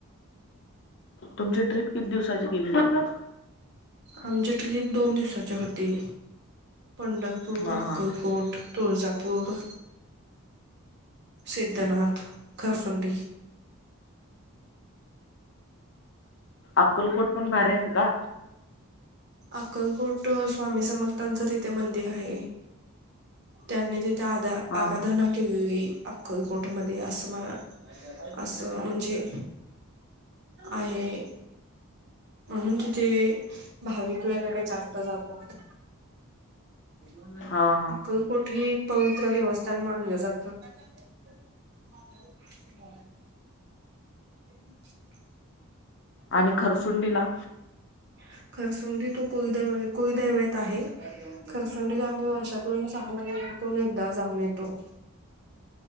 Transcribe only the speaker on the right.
आमची ट्रिप दोन दिवसाची होती. पंढरपूर,
अक्कलकोट,
तुळजापूर सिद्धनाथ, खरसुंडी.
अक्कलकोट स्वामी समर्थांचं तिथे मंदिर आहे. त्यांनी तिथ आ
आराधना केळ अ कठमध्येती असं मा असं म्हणजे आहे. म्हणून तिथे भाविक वेगे काही जास्त जातात. त
कही कुठेही एक पवित्र देवस्थान मानलं जातं. ब हम्.
ह. खरसुंडी तो कुईदव कुईदेवत आहे खरसुंडी आम्ही वर्षातून सहा महिनेत ून एकदा जाऊन येतो.